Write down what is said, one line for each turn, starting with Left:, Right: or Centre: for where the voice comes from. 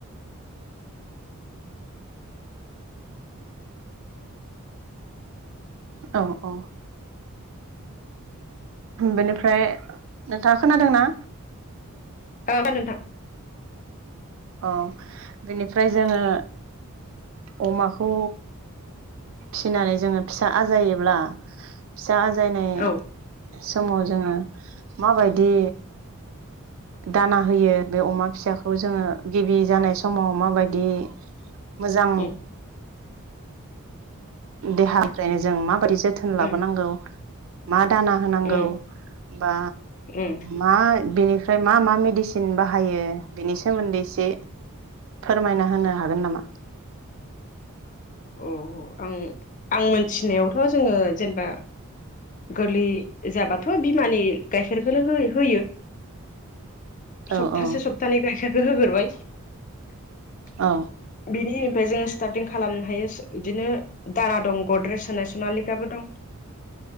Right: औ औ। बेनिफ्राय नोंथाङा खोनादोंना?
Left: ओ खोनादो नोंथां।
Right: औ बेनिफ्राय जोङो अमाखौ फिनानै जोङो फिसा आजायोब्ला फिसा आजायनाय
Left: औ
Right: समाव जोङो माबायदि दाना होयो बे अमा फिसाखौ जोङो गिबि जानाय समाव माबायदि मोजां
Left: उम
Right: देहानिफ्रायनो जों माबादिस जोथोन लाबोनांगौ
Left: उम
Right: माद दाना होनांगौ
Left: उम
Right: बा
Left: उम
Right: मा बेनि ओमफ्राय मा मा मेडिसिन बाहायो बिनि सोमोन्दै एसे फोरमायना होनो हागोन नामा?
Left: अ आं आं मोनथिनायावथ' जोङो जेनेबा गोरलै जाबाथ' बिमानि गायखेरखोनो है होयो।
Right: औ
Left: सप्तासे
Right: औ
Left: सप्तानै गाइखेर बे होग्रोबाय। <inaudible>
Right: औ
Left: बेनिम ओमफ्राय जोङो स्टार्टिं खालामनो हायोस बिदिनो दाना दं। गद्रेस होनाय सुना लेकाबो दं।